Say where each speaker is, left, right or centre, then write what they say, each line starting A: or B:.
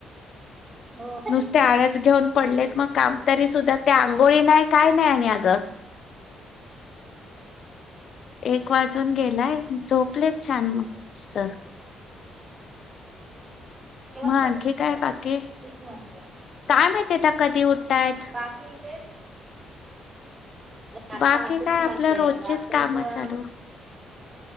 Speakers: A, on the right; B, on the left.
A: हो
B: नुसते आळस घेऊन पडलेत,
A: हल्ली
B: मग काम तरी सुद्धा ते आंघोळी नाही काय? <unintelligible> आग एक एक वाजून गेलाय, झोपलेत छान! मस्त.
A: जेवण
B: मग आणखी
A: कधी करणार
B: काय
A: आता?
B: बाकी
A: तीन वाजता
B: काय माहिती ते त कधी उठतायत
A: बाकी ते आता
B: बाकी
A: असं
B: काय?
A: झालंय
B: आपल्या रोजचेच
A: रात्रीचा
B: काम चालूं.